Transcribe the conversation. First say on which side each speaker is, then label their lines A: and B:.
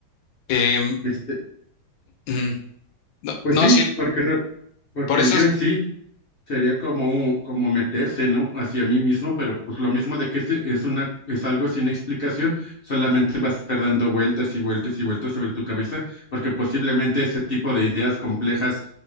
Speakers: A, on the left (about 75°); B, on the left (about 45°).
A: Em,
B: este,
A: ujú. no,
B: pues
A: no,
B: sí,
A: sí,
B: porque re- porque
A: por eso
B: el yo
A: es...
B: en sí sería como, un- como meterse, ¿no? Hacia mí mismo, pero pues lo mismo de que es, es una, es algo sin explicación, solamente vas a estar dando vueltas y vueltas y vueltas sobre tu cabeza, porque posiblemente ese tipo de ideas complejas